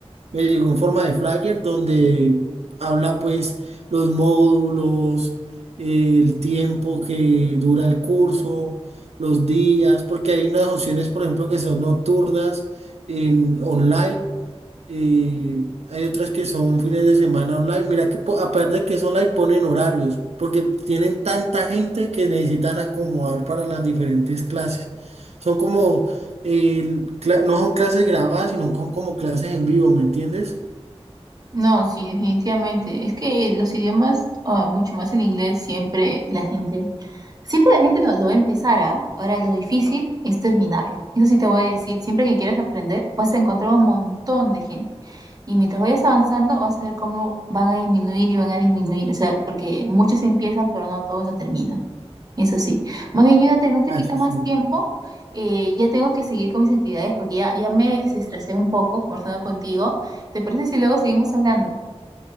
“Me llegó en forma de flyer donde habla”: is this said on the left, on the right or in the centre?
Right